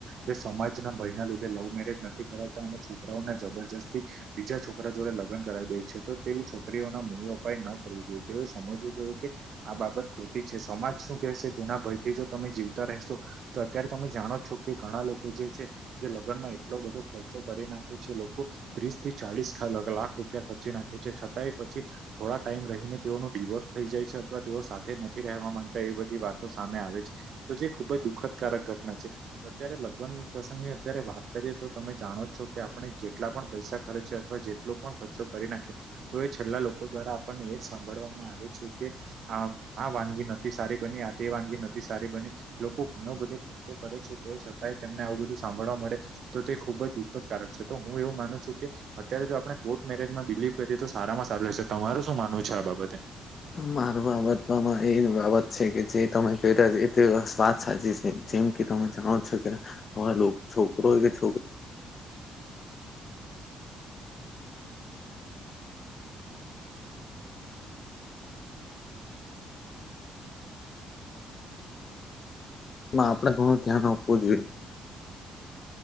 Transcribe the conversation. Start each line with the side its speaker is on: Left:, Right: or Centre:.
Right: જે સમાજના ભયના લીધે લવ મેરેજ નથી કરાવતા અને છોકરાઓને જબરજસ્તી બીજા છોકરા જોડે લગન કરાવી દે છે તો તેવી છોકરીઓના મૂળોપાય ન કરવું જોઈએ તેઓએ સમજવું જોઈએ કે આ બાબત ખોટી છે સમાજ શું કેહેશે તેના ભયથી જો તમે જીવતા રહેશો તો અત્યારે તમે જાણો છો કે ઘણા લોકો જે છે જે લગ્ન માં એટલો બધો ખર્ચો કરી નાખે છે લોકો ત્રીસ થી ચાલીસ લાખ રૂપિયા ખર્ચી નાખે છે છતાંય પછી થોડા ટાઈમ રહીને તેઓનો ડડીિવોર્ટ થઈ જાય છે અથવા તેઓ સાથે નથી રહેવા માંગતા એ બધી વાતો સામે આવે છે તો જે ખુબ જ દુઃખદકારક ઘટના છે અત્યારે લગ્ન પ્રસંગની અત્યારે વાત કરીએ તો તમે જાણો છો કે આપણે જેટલા પણ પૈસા ખર્ચી અથવા જે એટલો પણ ખર્ચો કરી નાખે તો એ છેલ્લા લોકો દ્વારા આપણને એજ સાંભળવામાં આવે છે કે આ વાનગી નથી સારી બની આતી વાનગી નથી સારી બની લોકો ઘણો બધો કરે છે તો છતાંય તેમને આવું બધું સાંભળવા મળે તો તે ખુબ જ દુઃખદકારક છે તો હું એવું માનું છું કે અત્યારે જો આપણે કોર્ટ મેરેજમાં બિલીવ કરીએ તો સારામાં સારું રહેશે તમારું શું માનવું છે આ બાબતે
Left: મારું બાબતમાં એ બાબત છે કે જે તમે ક રહ્યા એ સ્વાદ સાજી જેમ કે તમે જાણો છો કે આ છોકરો કે છોકરી એમાં આપણે ઘણું ધ્યાન આપવું જોઈએ